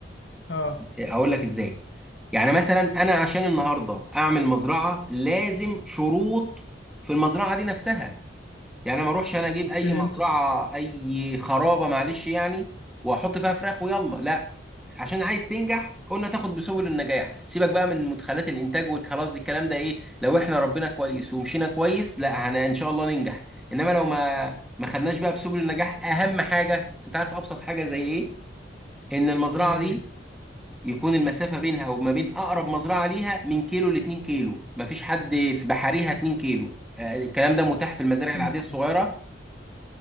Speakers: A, on the left; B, in the centre.
A: اه
B: هقول لك ازاي يعني مثلا انا عشان النهارده اعمل مزرعه لازم شروط في المزرعه دي نفسها يعني أنا ما اروحش انا اجيب اي
A: فهمتك
B: مزرعه اي خرابه معلش يعني واحط فيها فراخ ويلا لا عشان عايز تنجح قلنا تاخد بسبل النجاح سيبك بقى من مدخلات الانتاج والخلاص دي الكلام ده ايه لو احنا ربنا كويس ومشينا كويس لا هن ان شاء الله ننجح انما لو ما ما خدناش بقى بسبل النجاح اهم حاجه انت عارف ابسط حاجه زي ايه ان المزرعه
A: زي ايه
B: دي يكون المسافة بينها وما بين أقرب مزرعة ليها من كيلو لاتنين كيلو مفيش حد في بحريها اتنين كيلو آه، الكلام ده متاح في المزارع
A: مم.
B: العادية الصغيرة